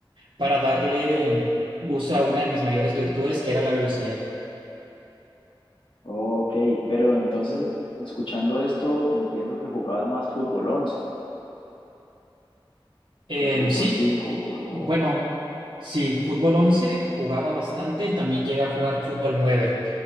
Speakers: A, on the right; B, on the left.
A: para darle em, uso a una de mis mayores virtudes, que era la velocidad.
B: Ok, pero entonces, escuchando esto, entiendo que jugabas más fútbol 11
A: Em,
B: que fútbol
A: sí.
B: 5
A: Bueno,
B: o, o-
A: sí, fútbol 11 jugaba bastante y también llega a jugar fútbol 9.